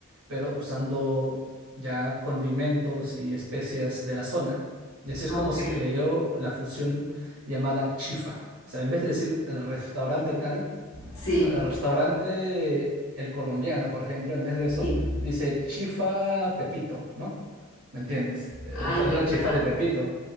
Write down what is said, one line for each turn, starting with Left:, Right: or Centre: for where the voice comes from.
Right: pero usando ya condimentos y especias de la zona. Y así es
Left: Ok.
Right: como se creó la fusión llamada chifa. O sea, en vez de decir el restaurante tal,
Left: Sí,
Right: no, El restaurante, el colombiano, por ejemplo, en vez de eso,
Left: sí.
Right: dice chifa Pepito, ¿no? ¿Me entiendes? Eh,
Left: Ay,
Right: Esa
Left: me
Right: es la
Left: encanta.
Right: chifa de Pepito.